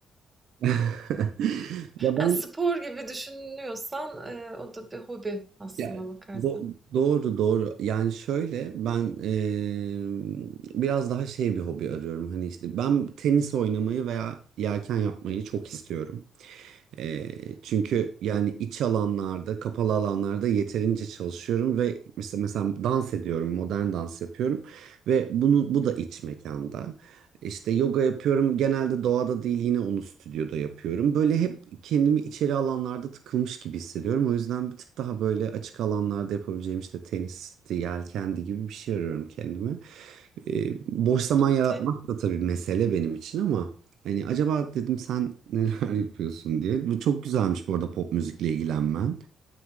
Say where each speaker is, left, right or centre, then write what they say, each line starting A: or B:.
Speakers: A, on the right (about 80°); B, on the right (about 20°).
A: <laughs> ya ben
B: Yani spor gibi düşünüyorsan eee, o da bir hobi aslında
A: ya
B: bakarsan.
A: do- doğru doğru yani şöyle ben ee, biraz daha şey bir hobi arıyorum hani işte ben tenis oynamayı veya yelken yapmayı çok istiyorum. E, çünkü yani iç alanlarda, kapalı alanlarda yeterince çalışıyorum ve mesela, mesela dans ediyorum, modern dans yapıyorum ve bunu bu da iç mekanda. İşte yoga yapıyorum. Genelde doğada değil yine onu stüdyoda yapıyorum. Böyle hep kendimi içeri alanlarda tıkılmış gibi hissediyorum. O yüzden bir tık daha böyle açık alanlarda yapabileceğim işte tenisti, yelkendi gibi bir şey arıyorum kendime. E, boş zaman yaratmak
B: Te-
A: da tabii mesele benim için ama hani acaba dedim sen neler <laughs> yapıyorsun diye. Bu çok güzelmiş bu arada pop müzikle ilgilenmen.